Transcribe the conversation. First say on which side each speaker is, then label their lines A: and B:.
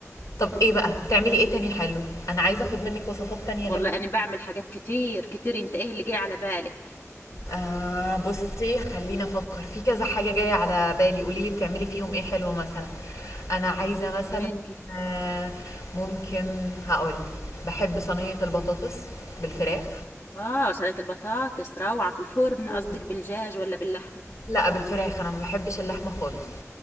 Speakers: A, on the left; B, on the left.
A: طب ايه بقى بتعملي ايه تاني حلو انا عايزة اخد منك وصفات تانية غير
B: والله انا بعمل حاجات كتير كتير انت ايه اللي جاي على بالك
A: آه بصي خليني افكر في كذا حاجه جايه على بالي قولي لي بتعملي فيهم ايه حلو مثلا انا عايزه مثلا
B: متل
A: آه ممكن هقول بحب صينيه البطاطس بالفراخ
B: اه سلطة البطاطس روعة في الفرن
A: أوه.
B: قصدك بالدجاج ولا باللحمة
A: لا بالفراخ انا ما بحبش اللحمه خالص